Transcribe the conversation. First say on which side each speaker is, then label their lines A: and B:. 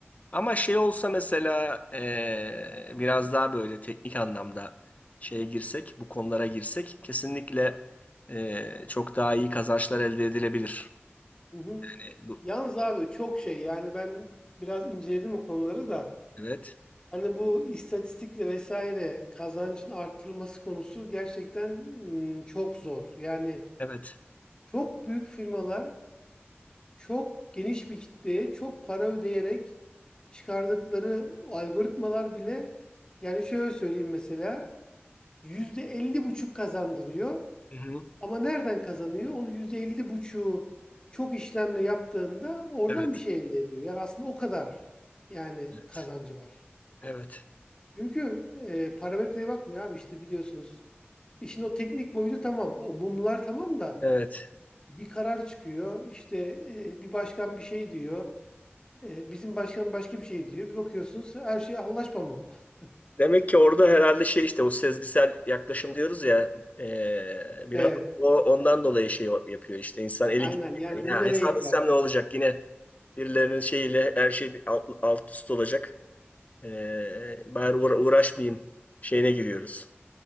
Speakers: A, on the left; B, on the left.
A: Ama şey olsa mesela eee, biraz daha böyle teknik anlamda şeye girsek, bu konulara girsek kesinlikle eee, çok daha iyi kazançlar elde edilebilir.
B: Hı hı.
A: Yani bu,
B: Yalnız abi çok şey yani ben biraz inceledim o konuları da.
A: evet,
B: Hani bu istatistikle vesaire kazancın arttırılması konusu gerçekten mm, çok zor. Yani
A: evet,
B: çok büyük firmalar çok geniş bir kitleye çok para ödeyerek çıkardıkları algoritmalar bile yani şöyle söyleyeyim mesela yüzde elli buçuk kazandırıyor
A: Hı-hı.
B: ama nereden kazanıyor? Onu yüzde elli buçuğu çok işlemle yaptığında oradan
A: evet,
B: bir şey elde ediyor. Yani aslında o kadar yani
A: evet,
B: kazancı var.
A: evet,
B: Çünkü e, parametreye bakmıyor abi işte biliyorsunuz. İşin o teknik boyutu tamam. O mumlar tamam da
A: evet.
B: bir karar çıkıyor. İşte e, bir başkan bir şey diyor. E, bizim başkan başka bir şey diyor. Bir bakıyorsunuz her şey anlaşma mı? <laughs>
A: Demek ki orada herhalde şey işte o sezgisel yaklaşım diyoruz ya eee, biraz
B: Evet.
A: o, ondan dolayı şey yapıyor işte insan eli
B: Aynen
A: gidiyor.
B: yani
A: Yani
B: bu
A: Ya
B: nereye
A: hesap
B: gider?
A: etsem ne olacak yine birilerinin şeyiyle her şey alt, alt üst olacak. Ee, bari uğra- uğraşmayayım şeyine giriyoruz.